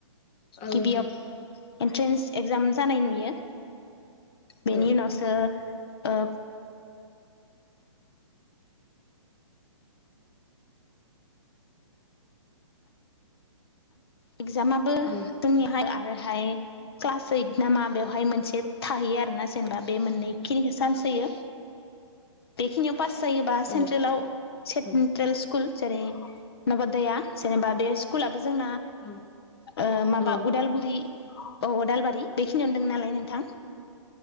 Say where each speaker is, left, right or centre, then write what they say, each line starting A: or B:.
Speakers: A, on the left (about 20°); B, on the left (about 50°).
A: औ
B: गिबियाव
A: नोंथां
B: एन्ट्रेन्स एगजाम जानाय नुयो बेनि
A: औ
B: उनावसो ओ एगजामाबो
A: औ
B: जोंनिहाय आरो हाय क्लास ओइथ ना मा बेवहाय मोनसे थाहैयो आरोना जेनेबा बे मोननै खिनिखौ सान्स होयो यो बेखिनियाव पास जायोबा सेन्ट्रेलाव
A: औ
B: सेटन्ट्रेल
A: औ
B: स्कुल जेरै नबदैया जेनेबा बे स्कुलाबो जोंना
A: औ
B: ओ माबा
A: औ
B: उदालगुरि औ अदालबारि बेखिनियावनो दों नालाय नोंथां